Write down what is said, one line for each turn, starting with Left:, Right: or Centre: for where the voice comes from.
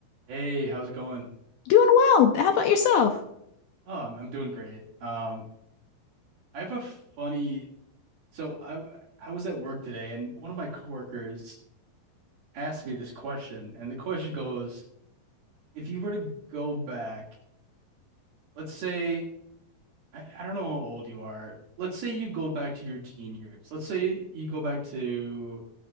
Right: Hey, how's it going?
Left: Doing well. How about yourself?
Right: Oh, I'm, I'm doing great. Um, I have a funny. So I I was at work today, and one of my coworkers asked me this question, and the question goes, if you were to go back, let's say I, I don't know how old you are. Let's say you go back to your teen years. Let's say you go back to